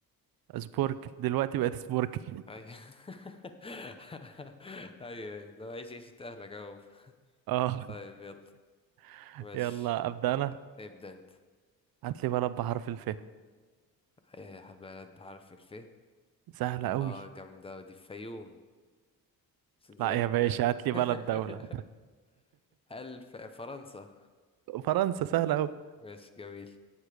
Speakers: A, on the right; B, on the left.
A: سبوركل دلوقتي بقت سبوركل
B: ايوه <laughs> ايوه لو عيش عيشة اهلك اهو
A: اه
B: طيب يلا
A: <laughs>
B: ماشي
A: يلا ابدا
B: ه-
A: انا
B: ابدأ انت
A: هات لي بلد بحرف الف
B: ايه بلد بحرف الف
A: سهله
B: اه
A: قوي
B: جامدة ودي في فيوم سيدي
A: لا
B: ألف
A: يا باشا
B: كلام
A: هات لي بلد
B: <laughs>
A: دوله
B: ألف فرنسا
A: <laughs> فرنسا سهله قوي
B: ماشي جميل